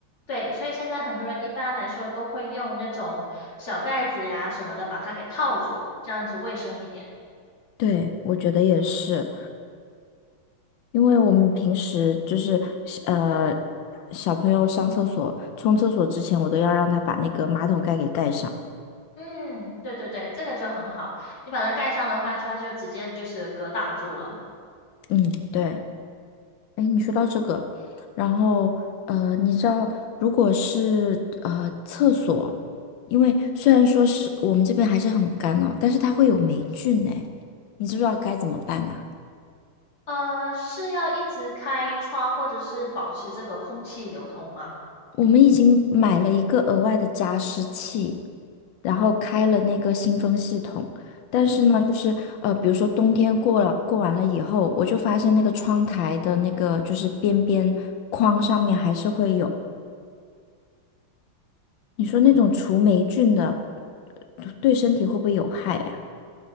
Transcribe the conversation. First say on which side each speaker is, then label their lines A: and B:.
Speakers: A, on the left; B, on the left.
A: 对，所以现在很多人一般来说都会用那种小盖子呀什么的把它给套住，这样子卫生一点。
B: 对，我觉得也是。因为我们平时就是呃，小朋友上厕所、冲厕所之前，我都要让他把那个马桶盖给盖上。
A: 嗯，对对对，这个就很好。你把它盖上的话，它就直接就是隔挡住了。
B: 嗯，对。哎，你说到这个，然后呃，你知道，如果是呃厕所，因为虽然说是我们这边还是很干哦，但是它会有霉菌呢，你知不知道该怎么办呢？
A: 呃，是要一直开窗或者是保持这个空气流通吗？
B: 我们已经买了一个额外的加湿器，然后开了那个新风系统。但是呢，
A: 嗯。
B: 就是呃，比如说冬天过了过完了以后，我就发现那个窗台的那个就是边边框上面还是会有。你说那种除霉菌的，呃对身体会不会有害呀？